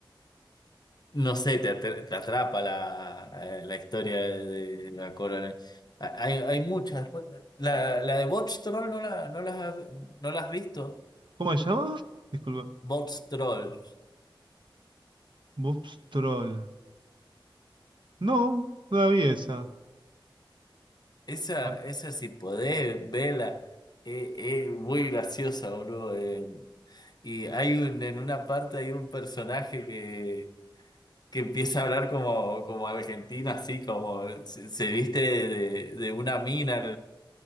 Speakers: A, on the left; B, on the right.
A: No sé, te, atra- te atrapa la, eh, la historia de, la corona. Ha- Hay, hay muchas. Pues, La, la de Bots Troll no la, no las, ha- no la has visto.
B: ¿cómo se llama? Disculpa.
A: Bots Troll.
B: Bob's Troll. No, no la vi esa.
A: Esa,
B: Bueno,
A: esa si podés, vela. Es muy graciosa, boludo. eh. Y hay un, en una parte hay un personaje que, que empieza a hablar como, como argentino, así como se, se viste de, de una mina.